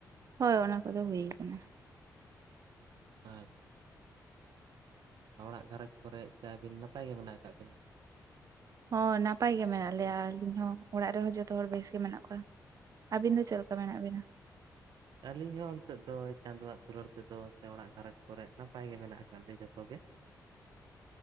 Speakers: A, on the right; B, on the right.
A: ᱦᱳᱭ ᱚᱱᱟ ᱠᱚᱫᱚ ᱦᱩᱭ ᱟᱠᱟᱱᱟ ᱾
B: <unintelligible> ᱚᱲᱟᱜ ᱜᱷᱟᱨᱚᱸᱡᱽ ᱠᱚᱨᱮ ᱥᱮ ᱟᱹᱵᱤᱱ ᱱᱟᱯᱟᱭ ᱜᱮ ᱢᱮᱱᱟᱜ ᱟᱠᱟᱫ ᱵᱤᱱᱟ?
A: ᱦᱚᱸ ᱱᱟᱯᱟᱭ ᱜᱮ ᱢᱮᱱᱟᱜ ᱞᱮᱭᱟ, ᱟᱹᱞᱤᱧ ᱦᱚᱸ ᱚᱲᱟᱜ ᱨᱮᱦᱚᱸ ᱡᱚᱛᱚ ᱦᱚᱲ ᱵᱮᱥ ᱜᱮ ᱢᱮᱱᱟᱜ ᱠᱚᱣᱟ ᱾ ᱟᱹᱵᱤᱱ ᱫᱚ ᱪᱮᱫ ᱞᱮᱠᱟ ᱢᱮᱱᱟᱜ ᱵᱤᱱᱟ?
B: ᱟᱹᱞᱤᱧ ᱦᱚᱸ ᱱᱤᱛᱚᱜ ᱫᱚ ᱪᱟᱸᱫᱳᱣᱟᱜ ᱫᱩᱞᱟᱹᱲ ᱛᱮᱫᱚ ᱥᱮ ᱚᱲᱟᱜ ᱜᱷᱟᱸᱨᱚᱡᱽ ᱠᱚᱨᱮ ᱱᱟᱯᱟᱭ ᱜᱮ ᱢᱮᱱᱟᱜ ᱠᱟᱜ ᱞᱮᱭᱟ ᱡᱚᱛᱚ ᱜᱮ